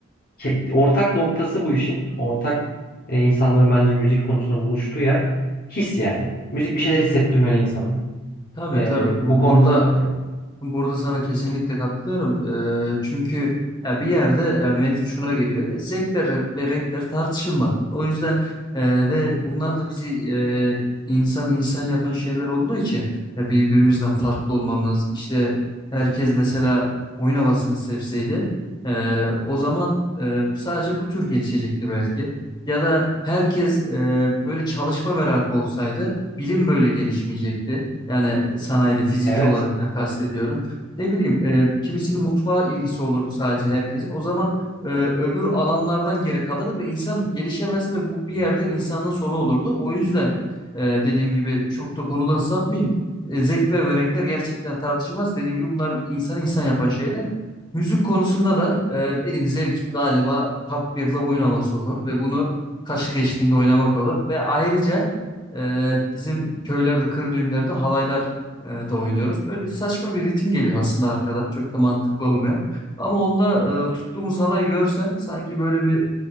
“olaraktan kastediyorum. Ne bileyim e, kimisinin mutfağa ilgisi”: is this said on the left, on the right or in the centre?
Left